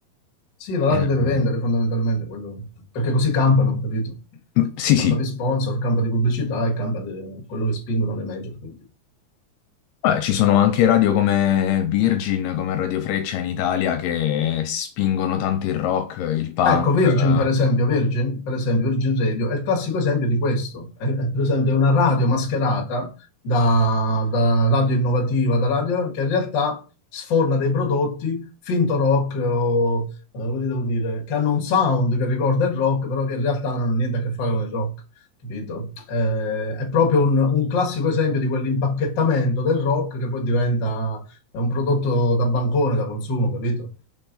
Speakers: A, on the left; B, on the left.
A: sì, la radio
B: Ehm,
A: deve vendere fondamentalmente, quello, perché così campano, capito?
B: sì,
A: Campa
B: sì,
A: di sponsor, campa di pubblicità e campa di quello che spingono le major, quindi.
B: Beh, ci sono anche radio come Virgin, come Radio Freccia in Italia che spingono tanto il rock, il punk.
A: Ah, Ecco, Virgin
B: eh.
A: per esempio, Virgin, per esempio, Virgin Radio è il classico esempio di questo. È- è, per esempio, è una radio mascherata da, da radio innovativa, da radio che in realtà sforna dei prodotti finto rock, o, eh, come devo dire, che hanno un sound che ricorda il rock, però che in realtà non hanno niente a che fare con il rock, capito? Eh, è proprio un, un classico esempio di quell'impacchettamento del rock che poi diventa un prodotto da bancone, da consumo, capito?